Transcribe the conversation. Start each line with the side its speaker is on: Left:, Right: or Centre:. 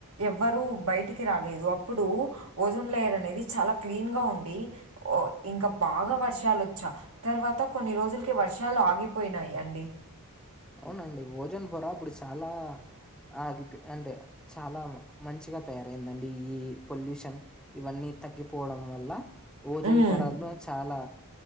Right: ఎవ్వరూ బయటికి రాలేదు అప్పుడు ఓజోన్ లేయర్ అనేది చాలా క్లీన్ గా ఉండి ఓ ఇంకా బాగా వర్షాలు వచ్చా తర్వాత కొన్ని రోజులకి వర్షాలు ఆగిపోయినాయి అండి
Centre: అవునండి ఓజోన్ పొర అప్పుడు చాలా ఆ గి అంటే చాలా మంచిగా తయారైందండి ఈ పొల్యూషన్ ఇవన్నీ తగ్గిపోవడం వల్ల ఓజన్
Right: హ్మ్.
Centre: పొరల్లో చాలా